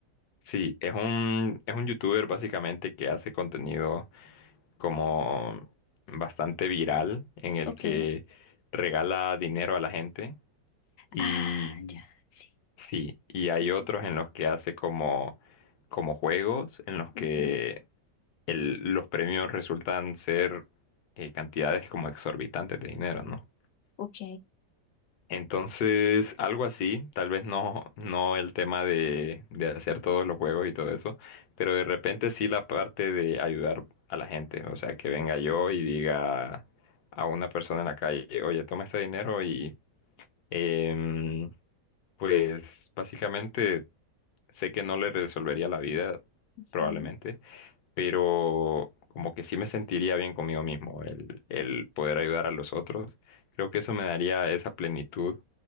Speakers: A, on the left (about 70°); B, on the left (about 85°).
A: Sí, es un, es un youtuber básicamente que hace contenido como bastante viral en el
B: ok.
A: que regala dinero a la gente. y
B: Ah, ya, sí.
A: Sí, y hay
B: Ujú,
A: otros en los que hace como, como juegos, en los que
B: ujú.
A: el- los premios resultan ser eh, cantidades como exorbitantes de dinero, ¿no?
B: Ok.
A: Entonces, algo así, tal vez no, no el tema de, de hacer todos los juegos y todo eso, pero de repente sí la parte de ayudar a la gente, o sea, que venga yo y diga a una persona en la calle, oye, toma este dinero y... em, pues básicamente Sé que no le resolvería la vida, probablemente,
B: ujú.
A: pero como que sí me sentiría bien conmigo mismo el, el poder ayudar a los otros. Creo que eso me daría esa plenitud